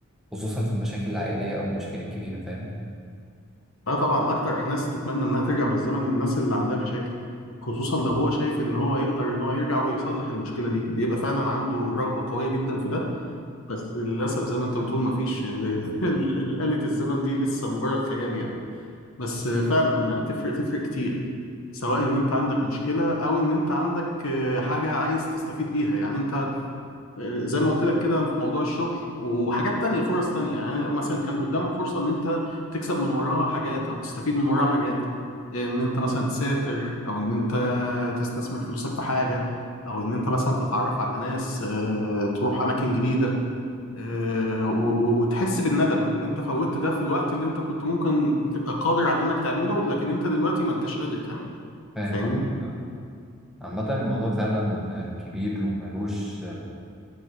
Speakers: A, in the centre; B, on the left.
A: خصوصا في المشاكل العائليه او المشاكل الكبيره فاهم
B: اه طبعا اكتر ناس تتمنى انها ترجع بالزمن الناس اللي عندها مشاكل خصوصا لو هو شايف ان هو يقدر ان هو يرجع ويصلح المشكله دي بيبقى فعلا عنده رغبه قويه جدا في ده بس للاسف زي ما انت بتقول مفيش <laughs> ال- ال- آلة الزمن دي لسه مجرد خيال يعني بس فعلا تفرق تفرق كتير سواء ان انت عندك مشكله او ان انت عندك آه، حاجه عايز تستفيد بيها يعني انت زي ما قلت لك كده في موضوع الشغل وحاجات تانية فرص تانية يعني مثلا كان قدامك فرصة ان انت تكسب من وراها حاجات او تستفيد من وراها حاجات ان انت مثلا تسافر او ان انت تستثمر فلوسك في حاجة او ان انت مثلا تتعرف على ناس آه، تروح اماكن جديدة آه، و- و- وتحس بالندم ان انت فوتت ده في الوقت اللي انت كنت ممكن تبقى قادر على انك تعمله لكن انت دلوقتي ما انتش قادر تعمل ده
A: فاهم
B: فاهمني؟
A: قصدك اه عامة الموضوع فعلا كبير وملوش